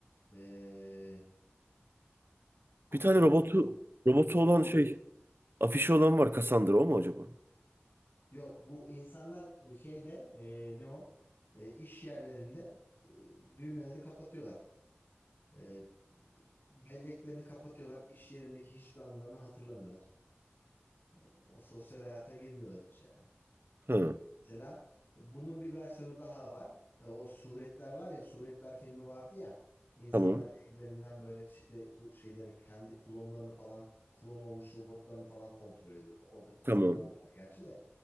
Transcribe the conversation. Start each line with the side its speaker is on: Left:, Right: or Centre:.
Left: Ee, aslında
Right: Bir tane robotu robotu
Left: robot
Right: olan şey afişi olan var Cassandra o mu acaba?
Left: Yok bu insanlar e, şeyde e, ne o E, iş yerlerinde e, düğmeleri kapatıyorlar. E, belleklerini kapatıyorlar. İş yerindeki hiçbir anılarını hatırlamıyorlar. O, o sosyal hayata girmiyorlar hiç yani.
Right: Ha,
Left: Mesela bunun bir versiyonu daha var. E, o Suretler var ya Suretler filmi vardı ya. İnsanlar
Right: tamam
Left: evlerinden böyle işte şeylere kendi klonlarını falan klon olmuş robotlarını falan kontrol ediyordu. Orada klonlar
Right: tamam.
Left: vardı gerçi de.